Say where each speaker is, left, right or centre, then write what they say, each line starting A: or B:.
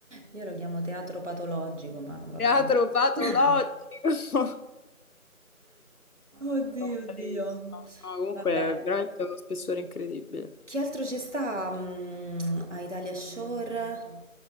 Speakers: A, on the right (about 55°); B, on the left (about 90°).
A: Io lo chiamo teatro patologico, ma vabbè.
B: Teatro patologico.
A: <laughs> Oddio,
B: Sono
A: oddio.
B: bravissima. No, comunque
A: Vabbè.
B: è veramente uno spessore incredibile.
A: Che altro ci sta mm, a Italia Shore?